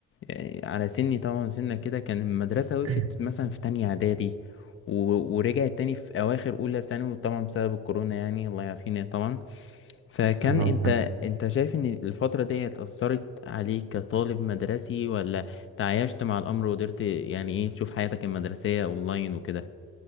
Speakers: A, on the left; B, on the right.
A: آه، على سني طبعا سنة كده كان المدرسه وقفت
B: <coughs>
A: مثلا
B: <clears throat>
A: في تانية اعدادي و- ورجعت تاني في اواخر اولى ثانوي طبعا بسبب الكورونا يعني الله يعافينا طبعا فكان
B: اللهم
A: انت
B: آمين.
A: انت شايف ان الفتره دي اثرت عليك كطالب مدرسي ولا تعايشت مع الامر وقدرت يعني ايه تشوف حياتك المدرسيه اونلاين وكده